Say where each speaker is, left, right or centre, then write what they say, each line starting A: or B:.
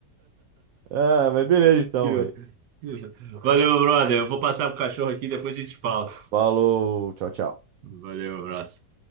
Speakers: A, on the right; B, on the right.
A: Ah, mas beleza então,
B: <laughs>
A: velho.
B: Valeu, meu brother. Eu vou passar pro cachorro aqui, depois a gente fala.
A: Falou, tchau, tchau.
B: Valeu, abraço.